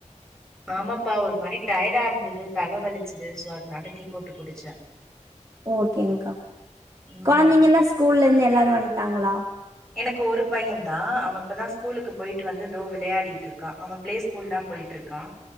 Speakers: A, in the centre; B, on the right.
A: ஆமாப்பா ஒரு மாறி டயர்டா இருந்தது தல வலிச்சது சோ அதனால டீ போட்டு குடிச்சே
B: ஓக்கேங்க்கா
A: ம்
B: கொழந்தங்கல்லா ஸ்கூல்ல இருந்து எல்லாரு வன்ட்டாங்ளா
A: எனக்கு ஒரு பையன் தா அவன் இப்பதா ஸ்கூலுக்கு போயிட்டு வந்து தோ வெளயாடிட்டு இருக்கா அவன் பிளே ஸ்கூல் தா போயிட்ருக்கா